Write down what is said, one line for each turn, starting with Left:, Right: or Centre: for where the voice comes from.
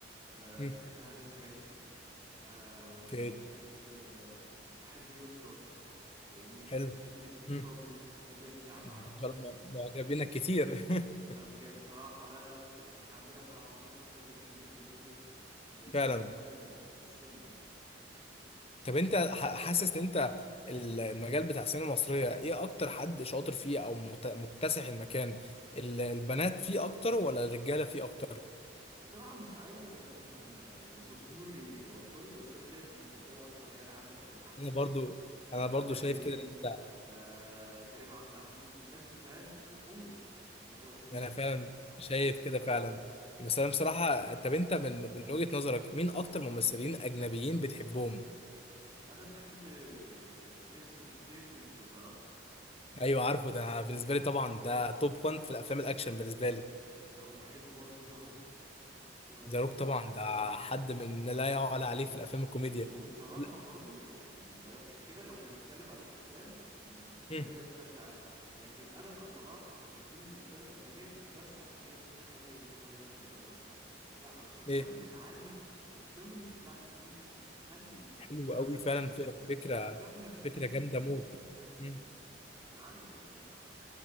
Right: أه
Left: مم.
Right: بحب هنا الزاهد أه
Left: اوكي
Right: بحب أه بحب يسرا فاهمني
Left: حلو
Right: بحب ياسمين
Left: مم.
Right: صبري بحب ياسمين عبد
Left: انت
Right: العزيز
Left: ما شاء الله معجبينك كتير <laughs>
Right: أه يعني بصراحة لا لا لا يعني احنا عندنا بصراحة بنات شاطرة جدا جدا جدا في
Left: فعلا
Right: مجال ال- السينما يعني
Left: طب انت ح- حاسس ان انت ال- المجال بتاع السينما المصرية ايه اكتر حد شاطر فيه او مت- مكتسح المكان ال- البنات فيه اكتر ولا الرجالة فيه اكتر
Right: بصراحة مش عايز أكون آه، ذكوري عنصري بس أنا شايف إن الرجالة أكتر يعني عندك زي أحمد
Left: انا برضو
Right: عز أه
Left: انا
Right: محمد
Left: برضو شايف
Right: هنيدي
Left: كده ان انت
Right: أه كريم عبد العزيز الناس دي فاهم وحوش في موضوع السينما
Left: انا
Right: بصراحة
Left: فعلا
Right: والأفلام
Left: شايف كده فعلا بس انا بصراحة طب انت من من وجهة نظرك مين اكتر ممثلين اجنبيين بتحبهم
Right: انا بحب جيسون ستيتمنت لو تعرفه
Left: ايوه عارفه ده أنا بالنسبة لي طبعا ده توب 1 في الافلام الاكشن بالنسبة لي
Right: وبحب برضو ذا روك ايه رايك
Left: ذا روك طبعا ده حد من لا يعلى عليه في الافلام الكوميديا
Right: بصوا بصراحه
Left: لا.
Right: برضو يعني لو احنا كده لو بنتكلم على الافلام الاجنبيه
Left: مم.
Right: بشكل عام لكن انا كصلاح كتفضيلي الافلام الاجنبيه مش بس عشان هي بتبقى حلوه والكواليتي بتاعتها تحفه لا علشان كمان
Left: ايه
Right: بتعلي الفلوينسي بتاعتي في الانجليش وبتخلي ال-
Left: حلو
Right: ان انا
Left: قوي
Right: باخد
Left: فعلا
Right: يعني
Left: ف- فكره
Right: فوكابلري جديده
Left: فكره جامده موت
Right: بشوف ناس
Left: مم.
Right: فاهمني بتعلم انجليش احسن